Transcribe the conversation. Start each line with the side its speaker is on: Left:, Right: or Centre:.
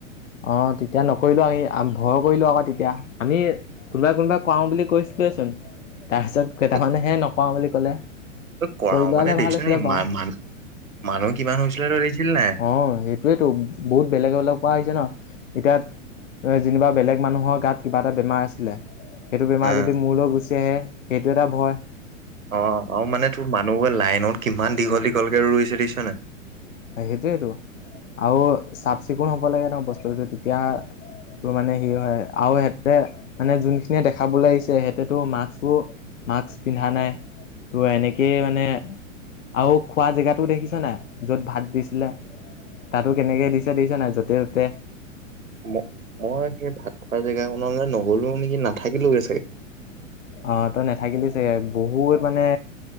Left: অ তেতিয়া নকৰিলো আমি ভয় কৰিলো আকৌ তেতিয়া আমি কোনোবাই কোনোবাই কৰাও বুলি কৈছিলচোন তাৰপিছত কেইটামানেহে
Right: এ
Left: নকৰাও বুলি কলে।
Right: কৰাও
Left: কৰি লোৱা
Right: মানে
Left: হ'লে
Right: দেখিছানে
Left: ভাল আছিলে
Right: ইমান
Left: বাৰু
Right: মানুহ মানুহ কিমান হৈছিলে তই দেখিছিলি নে নাই।।
Left: অ সেইটোৱেতো বহুত বেলেগ বেলেগ পোৱা আহিছে ন। এতিয়া যেনিবা বেলেগ মানুহৰ গাত কিবা এটা বেমাৰ আছিলে সেইটো বেমাৰ
Right: অ'
Left: যদি মোৰলৈ গুচি আহে সেইটো এটা ভয়
Right: অ আও মানে তোৰ মানুহবোৰে লাইনত কিমান দীঘল দীঘলকে ৰুইছে দেখিছানে নাই
Left: সেইটোৱেতো আও চাফ চিকুণ হ'ব লাগে নো বস্তুটো তেতিয়া টো মানে সি হয় আও সিহঁতে মানে যোনখিনিয়ে দেখাবলে আহিছে সিহঁতে মাক্সবোৰ মাস্ক পিন্ধা নাই তোৰ এনেকেই মানে আও খোৱা জেগাটো দেখিছা নাই য'ত ভাত দিছিলে তাতো কেনেকে দিছে দেখিছা নাই য'তে ত'তে
Right: ম- মই সেই ভাল খোৱা জেগাকনলে নগলো নেকি নাথাকিলোৱে চাগে
Left: অহ তই নেথাকিলি চাগে বহুত মানে